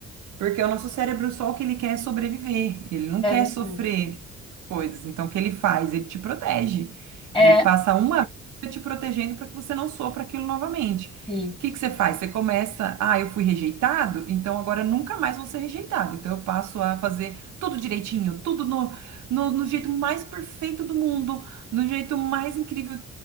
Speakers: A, on the right; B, on the left.
A: Porque o nosso cérebro, é só o que ele quer é sobreviver, ele não
B: É
A: quer
B: verdade.
A: sofrer coisas. Então, o que ele faz? Ele te protege.
B: É,
A: Ele passa uma vida te protegendo para que você não sofra aquilo novamente. O
B: sim.
A: que que você faz? Você começa, ah, eu fui rejeitado, então agora eu nunca mais vou ser rejeitado. Então, eu passo a fazer tudo direitinho, tudo no, no, no jeito mais perfeito do mundo, no jeito mais incrível.